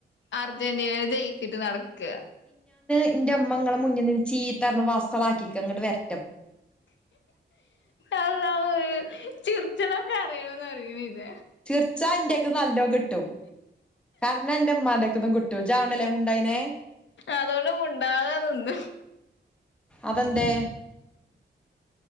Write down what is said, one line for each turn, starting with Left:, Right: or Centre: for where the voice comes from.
Left: അർജന്റീനൽ ജയിച്ചിട്ട് നടക്ക
Centre: ന്റെമ്മങ്ങളെ മുന്നിന്ന് ചീത്തരണ വസളക്കിക്ക ങ്ങട്ട് വെര
Left: അല്ലാഹുവേ ചിർ ചണോ കരയാണോന്നറയുന്നില്ല
Centre: ചിർച്ചാന്റെകന്ന് നല്ലോം കിട്ടും കരഞ്ഞ ന്റെമ്മാന്റെക്കെന്നും കിട്ടും ജിയതോണ്ടല്ലേ മുണ്ടായിനേ
Left: അതുകൊണ്ട് മുണ്ടാതെ നിന്ന്
Centre: അതെന്തെ